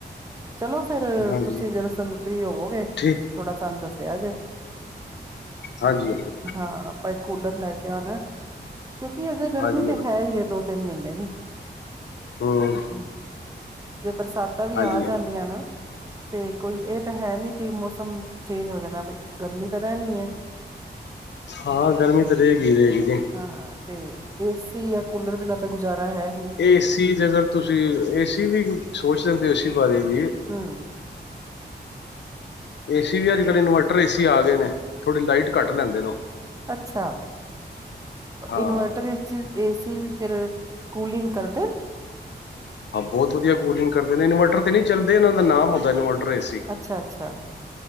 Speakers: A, on the right; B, on the left.
A: ਚਲੋ ਫੇਰ
B: ਹਾਂਜੀ
A: ਤੁਸੀਂ ਜਰਾ ਸਾਨ ਫ੍ਰੀ ਹੋਵੋਗੇ, ਥੋੜਾ
B: ਠੀਕ
A: ਸਾਨੂੰ ਦੱਸਿਆ ਜੇ।
B: ਹਾਂਜੀ-ਹਾਂਜੀ,
A: ਹਾਂ ਆਪਾਂ ਇਕ ਕੂਲਰ ਲੈ ਕੇ ਆਨੇ, ਕਿਉਂਕਿ ਅਜੇ ਗਰਮੀ
B: ਹਾਂਜੀ
A: ਤਾਂ
B: ਹਾਂਜੀ
A: ਹੈ ਹੀ ਹੈ। ਦੋ ਤਿੰਨ ਮਹੀਨੇ ਦੀ,
B: ਹਮ
A: ਹੂੰ ਜੇ ਬਰਸਾਤਾ ਵੀ
B: ਹਾਂਜੀ
A: ਆ।
B: ਹਾਂਜੀ
A: ਦੀ ਐ ਨਾ, ਤੇ ਕੋਈ ਇਹ ਤੇ ਹੈ, ਨੀ ਕਿ ਮੌਸਮ ਚੇਂਜ ਹੋ ਜਾਣਾ, ਬਈ ਗਰਮੀ ਤੇ ਰਹਿਣੀ ਐ। <unintelligible>
B: ਹਾਂ ਗਰਮੀ ਤੇ ਰਹੇਗੀ ਰਹੇਗੀ ਜੇ।
A: ਹਾਂ ਤੇ ਏਸੀ ਯਾ ਕੂਲਰ ਬਿਨਾਂ ਤਾਂ ਗੁਜ਼ਾਰਾ ਹੈ ਨੀ,
B: ਏਸੀ ਅਗਰ ਤੁਸੀਂ, ਏ ਸੀ ਵੀ ਸੋਚ ਦਿੰਦੇ ਹੋ ਏ ਬਾਰੇ ਵੀ,
A: ਹਾਂ,
B: ਏਸੀ ਵੀ ਅੱਜ-ਕੱਲ੍ਹ ਇਨਵਰਟਰ ਏਸੀ ਆ ਗਏ ਨੇ, ਥੋੜੀ ਲਾਈਟ ਘੱਟ ਲੈਂਦੇ ਨੇ,
A: ਅੱਛਾ,
B: ਹਾਂ
A: ਇਨਵਰਟਰ ਏਸੀ ਵੀ ਫੇਰ ਕੂਲਿੰਗ ਕਰਦੇ
B: ਹਾਂ ਬਹੁਤ ਵਧੀਆ ਕੂਲਿੰਗ ਕਰਦੇ ਨੇ ਇਨਵਰਟਰ ਤੇ ਨਹੀਂ ਚੱਲਦੇ, ਇਹਨਾਂ ਦਾ ਨਾਮ ਹੁੰਦਾ ਇਨਵਰਟਰ ਏ ਸੀ
A: ਅੱਛਾ -ਅੱਛਾ।